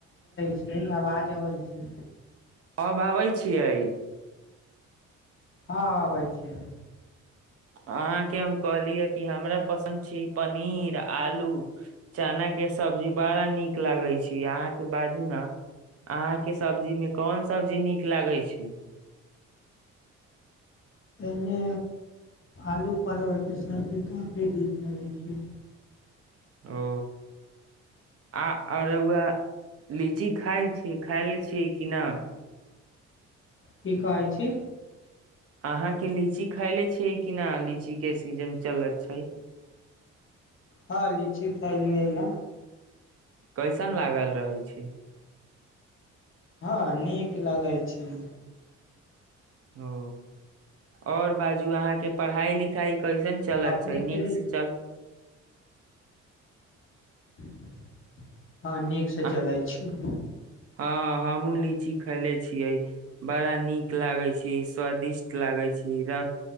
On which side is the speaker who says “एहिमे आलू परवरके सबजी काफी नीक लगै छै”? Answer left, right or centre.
Left